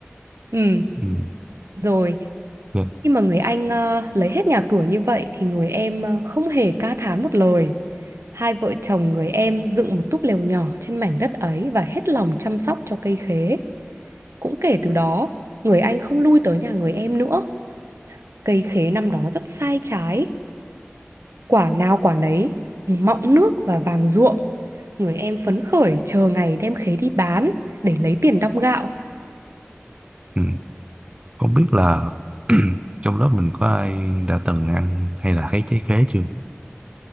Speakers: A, on the right; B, on the right.
A: ừ,
B: ừ,
A: rồi
B: ok,
A: khi mà người anh ờ, lấy hết nhà cửa như vậy thì người em ờ, không hề ca thán một lời hai vợ chồng người em dựng một túp lều nhỏ trên mảnh đất ấy và hết lòng chăm sóc cho cây khế cũng kể từ đó người anh không lui tới nhà người em nữa Cây khế năm đó rất sai trái, quả nào quả nấy, mọng nước và vàng ruộm. Người em phấn khởi chờ ngày đem khế đi bán để lấy tiền đong gạo.
B: ừ. Không biết là <clears throat> trong lớp mình có ai đã từng ăn hay là thấy trái khế chưa?